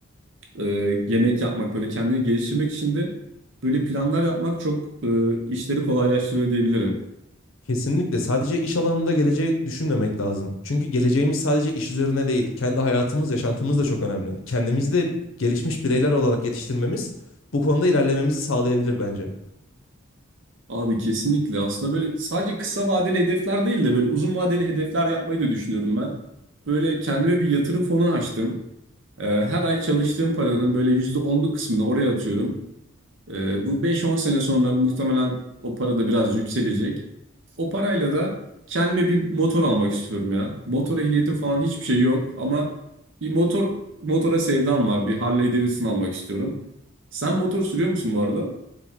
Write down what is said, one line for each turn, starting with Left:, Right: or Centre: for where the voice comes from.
Right: e, yemek yapmak, böyle kendini geliştirmek için de böyle planlar yapmak çok e, işleri kolaylaştırıyor diyebilirim.
Left: Kesinlikle sadece iş alanında geleceği düşünmemek lazım. Çünkü geleceğimiz sadece iş üzerine değil, kendi hayatımız, yaşantımız da çok önemli. Kendimizi de gelişmiş bireyler olarak yetiştirmemiz bu konuda ilerlememizi sağlayabilir bence.
Right: Abi kesinlikle aslında böyle sadece kısa vadeli hedefler değil de böyle uzun vadeli hedefler yapmayı da düşünüyorum ben. Böyle kendime bir yatırım fonu açtım. Ee, Her ay çalıştığım paranın böyle yüzde onluk kısmını oraya atıyorum. Ee, Bu beş on sene sonra muhtemelen o para da biraz yükselecek. O parayla da kendime bir motor almak istiyorum ya. Motor ehliyetim falan hiçbir şey yok ama bir motor motora sevdam var. Bir Harley Davidson almak istiyorum. Sen motor sürüyor musun bu arada?